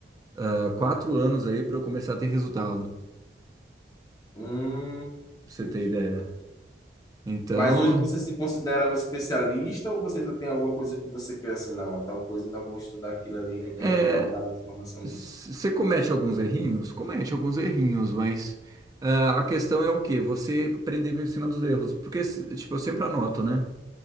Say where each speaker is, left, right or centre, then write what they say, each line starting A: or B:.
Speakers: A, on the right; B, on the left.
A: ah, quatro anos aí para eu começar a ter resultado, pra
B: Hum,
A: você
B: entendi.
A: ter ideia. Então,
B: Mas hoje você se considera um especialista ou você ainda tem alguma coisa que você quer assim, não, ó, tal coisa, ainda vou estudar aquilo ali que eu quero
A: é,
B: galgar uma informação
A: Você
B: nisso?
A: comete alguns errinhos? Comete alguns errinhos, mas ah, a questão é o quê? Você aprender em cima dos erros. Porque, se- tipo, eu sempre anoto, né?